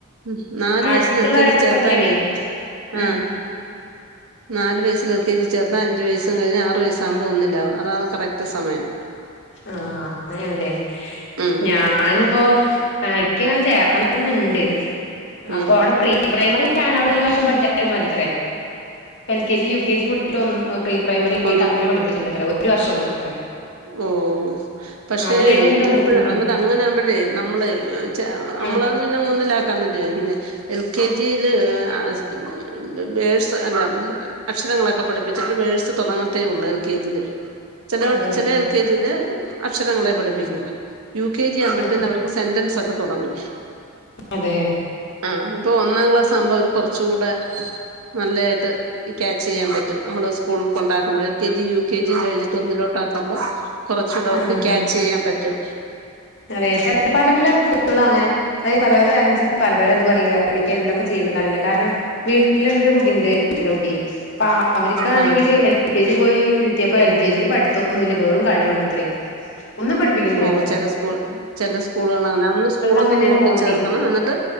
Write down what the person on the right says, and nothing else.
ഉം നാല്
വയസിൽ എൽ കെ ജി ചേർത്താലേ
ആ. നാല് വയസിൽ എൽ ക്കെ ജി ചേർത്താ അഞ്ച് വയസും കഴിഞ്ഞ് ആറ് വയസാകുമ്പോ ഒന്നിലാവും അതാണ് കറക് റ്റ് സമയം
ഉം
ഉം
ഒന്ന്
ഓഹ് പക്ഷേ
ഇപ്പഴ് അന്നട്ട് അങ്ങനെ ആകുമ്പഴേ നമ്മള് ച നമ്മള
പിന്നെ ഒന്നിലാക്കാന്നെല്ലേ ഇരിക്കുന്നെ എൽ കെ ജി യില് ആ സ് ബേ ബേഴ്സ് അല്ലാം അക്ഷരങ്ങളൊക്കെ പഠിപ്പിച്ചിട്ട് ബേസ് തുടങ്ങത്തേ ഒള്ളൂ എൽ കെ ജി യില് ചെലെ
ചെലെ എൽ കെ ജി ന്ന് അക്ഷരങ്ങളെ പഠിപ്പിക്കും യു കെ ജി ആവുമ്പോഴത്തേന്
അവർക്ക് സെന്റെൻസ് ഒക്കെ തുടങ്ങും
ആഹ അപ്പൊ ഒന്നാം ക്ലാസ് ആകുമ്പോ അവര് കൊറച്ചു കൂടെ നല്ലായിട്ട് ക്യാച്ച് യ്യൻ പറ്റും നമ്മള് സ്കൂളിൽ കൊണ്ടാക്കുമ്പോൾ L K G U K ജിയും കഴിഞ്ഞിട്ട് ഒന്നിലോട്ട് ആക്കുമ്പോ കൊറച്ചൂടെ അവർക്ക്
ക്യാച്ച്
യ്യാൻ പറ്റും
ആ ആ
ഓ
ചെല സ്കൂൾ ചെല സ്കൂളുകൾ അങ്ങനെ നല്ല സ്കൂളൊക്കെ
നോക്കി
ചേർക്കണം എന്നിട്ട്